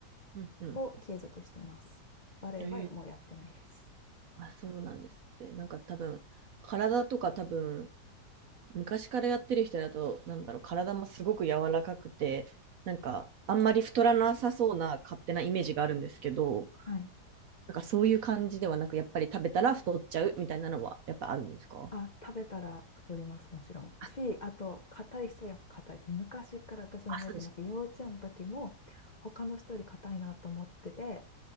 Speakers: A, on the right; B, on the left.
A: うんうん。
B: を継続してます。バレエはもうやってないです。
A: ええあ、そうなんですね。なんか多分、体とか多分、昔からやってる人だと、なんだろう、体もすごく柔らかくて、なんか、あんまり太らなさそうな勝手なイメージがあるんですけど、
B: はい
A: なんかそういう感じではなく、やっぱり食べたら太っちゃうみたいなのは、やっぱあるんですか
B: あ、食べたら太ります、もちろん。
A: あ、
B: し、あと、硬い人はやっぱ硬いです。昔から私覚えてますけど、
A: あそうです。
B: 幼稚園の時も、他の人より硬いなと思ってて、